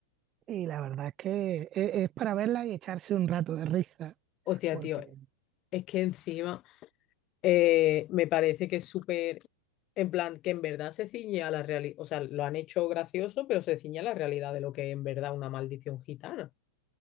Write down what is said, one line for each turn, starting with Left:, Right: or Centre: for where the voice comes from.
Right: Y la verdad es que e- es, para verla y echarse un rato de risa,
Left: Hostia,
Right: porque
Left: tío, es que encima eh, me parece que es súper, en plan, que en verdad se ciñe a la realidad, o sea, lo han hecho gracioso, pero se ciñe a la realidad de lo que es en verdad una maldición gitana.